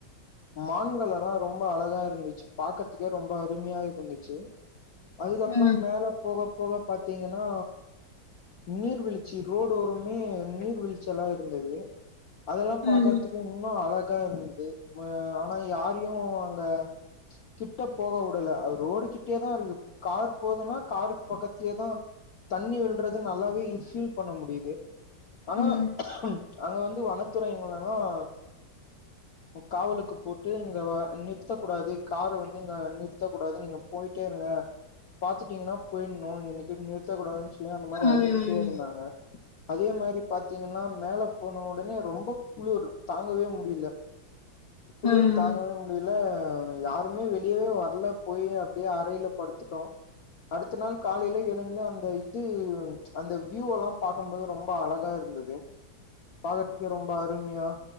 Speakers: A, on the left; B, on the left.
A: மான்கலெல்லாம் ரொம்ப அழகா இருந்துச்சு பாக்கறத்துக்கே ரொம்ப அருமையா இருந்துச்சு அதுக்கப்பறம்
B: ம்
A: மேல போக இப்போவே இப்ப தான் பாத்திங்கன்னா நீர்வீழ்ச்சி ரோடோருமே நீர் வீழ்ச்செல்லா இருந்தது அதெல்லாம் பாக்குறதுக்கு
B: ம்
A: இன்னும் அழகா <unintelligible> இருந்தது ஆனா யாரையும் அங்க கிட்ட போக உடுல அது ரோடு கிட்டேதான் இருக்கு கார் போதுன்னா காருக்கு பக்கத்தலயே தான் தண்ணி விழுறது நல்லாவே பீல் பண்ண முடிது ஆனா
B: ம்
A: அங்க வந்து வனத்துறைங்க லெல்லாம் காவலுக்கு போட்டு இங்க நிறுத்த கூடாது கார வந்து இங்க நிறுத்த கூடாது நீங்க போயிட்டே இருங்க பாத்துட்டிங்கன்னா போயின்ணும் இங்க நிறுத்த கூடாதுன்னு அந்த மாதிரி
B: ம்
A: அனுப்பிட்டே இருந்தாங்க அதே மாரி பாத்தீங்கன்னா மேல போன உடனே ரொம்ப குளுரு தாங்கவே முடியல குளிர்
B: ம்
A: தாங்கவே முடில ல யாருமே வெளியவே வரல போய் அப்டியே அறைல படுத்துட்டோ அடுத்த நாள் காலையில எழுந்து அந்த இது அந்த வயூ எல்லா பாக்கும் போது ரொம்ப அழகா இருந்தது இருந்தது பாக்கறதுக்கு ரொம்ப அருமையா